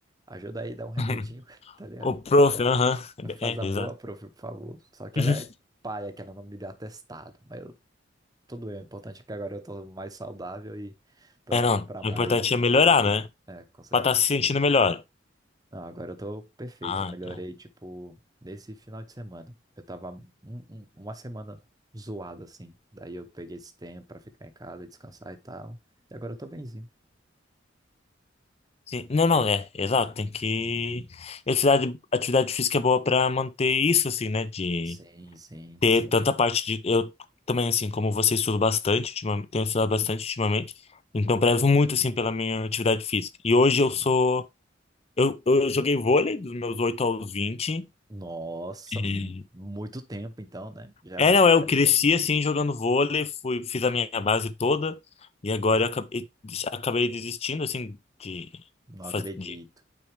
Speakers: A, on the right; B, on the left.
A: ajuda aí, dá um remedinho,
B: <laughs>
A: <laughs> tá ligado?
B: O prof, aham,
A: Faz
B: É, é,
A: a boa,
B: exato.
A: prof, por favor. Só que
B: <laughs>
A: ela é paia, que ela não me dá atestado tudo bem. O importante é que agora eu tô mais saudável e pronto
B: É, não,
A: para mais
B: o importante é melhorar,
A: várias. sema-
B: né?
A: É, com certeza.
B: Pra estar se sentindo melhor.
A: Não, agora eu tô perfeito.
B: Ah,
A: Eu melhorei,
B: tá.
A: tipo, nesse final de semana. Eu tava um- um- uma semana zoada, assim. Daí eu peguei esse tempo pra ficar em casa, descansar e tal. E agora eu tô benzinho.
B: Sim, não, não, é, exato, tem que... Atividade, atividade física é boa pra manter isso, assim, né? De
A: Sim, sim,
B: ter
A: sim.
B: tanta parte de... Eu também, assim, como você estudo bastante, ultimamente, tenho estudado bastante ultimamente, então
A: Hum,
B: prezo muito, assim, pela minha atividade física. E hoje
A: Sim.
B: eu sou... Eu, eu joguei vôlei dos meus 8 aos vinte
A: Nossa,
B: E...
A: mu- muito tempo então, né? Já,
B: É, não, eu cresci assim jogando vôlei, fui, fiz a minha base toda e agora
A: né?
B: eu acabei, des- acabei desistindo assim de,
A: Não
B: faz-
A: acredito.
B: de,